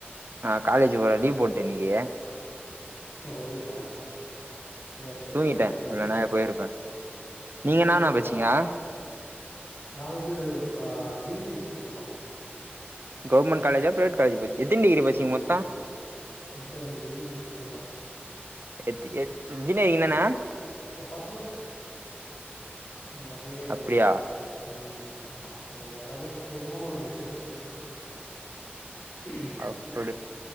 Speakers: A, on the right; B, on the left.
A: நா காலேஜ் போறே லீவ் போட்ட இன்னக்கி
B: அப்டியா சேர் சேரி
A: தூங்கிட்டே
B: ஓகே ஓகே
A: இல்லன்னா
B: ஓகே
A: போயிருப்பே நீங்க
B: சூப்பர்பா
A: என்னான்னா பச்சீங்க
B: நா வந்து பா பீ இ முடிச்சிருக்கேப்பா
A: கவர்மென்ட் காலேஜா பிரைவேட் காலேஜ் பஜ் எத்தின் டிகிரி பட்சிங்க மொத்தோ
B: மொத்த ரெண்டு டிகிரி முடிச்சிருக்கேன்ப்பா
A: எத் எத் இஞ்ஜினேரிங் தான
B: பர்சனல்றே நம்ப அப்டியே
A: அப்டியா
B: அ உம் ஆமா நம்ம வேற ஏதாவது பொதுவான ஒரு விஷயத்த பத்தி பேசணு உம்
A: அப்டி